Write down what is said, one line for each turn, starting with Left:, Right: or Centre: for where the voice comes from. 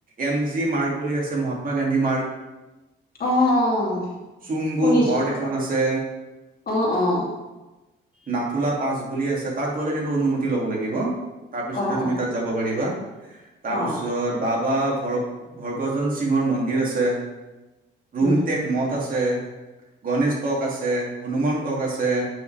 Right: এম জি মাৰ্গ বুলি আছে মহাত্মা গান্ধী মাৰ্গ।
Left: অ', অ',
Right: চুংগু
Left: শুনিছো
Right: হ্ৰদ
Left: বাৰু
Right: এখন আছে
Left: অ', অ',
Right: নাথুলা পাছ বুলি আছে তাত গ'লে কিন্তু অনুমতি ল'ব লাগিব তাৰপিছতহে
Left: অ',
Right: তুমি
Left: অ',
Right: যাব পাৰিবা তাৰপিছত
Left: অ',
Right: বাবা ভৰক ভৰ্গজন সিঙৰ মন্দিৰ আছে ৰুমটেক
Left: উম,
Right: মঠ আছে। গণেশ টক আছে, হনুমান টৰ্ক আছে